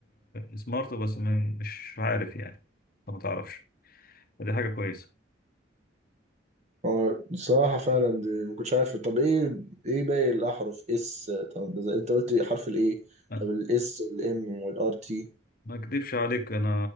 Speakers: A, on the left; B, on the right.
A: سمارت بس م- مش عارف يعني أنت ما تعرفش فدي حاجة كويسة
B: هو الصراحة فعلا دي ما كنتش عارف طب ايه ايه باقي الأحرف اس طب ده زي- انت قلت حرف الايه
A: أه،
B: طب الاس والام والار تي
A: ما اكدبش عليك انا